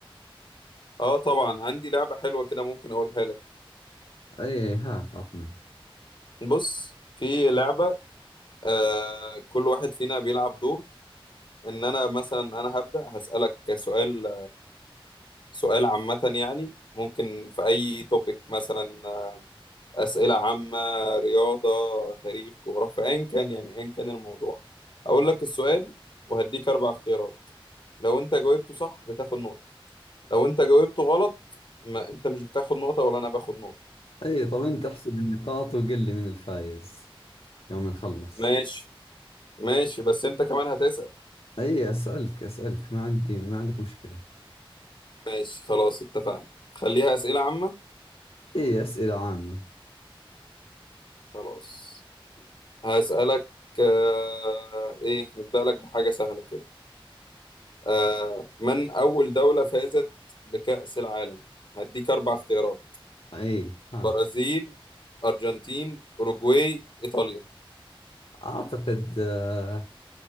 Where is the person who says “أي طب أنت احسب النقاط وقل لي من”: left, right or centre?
Left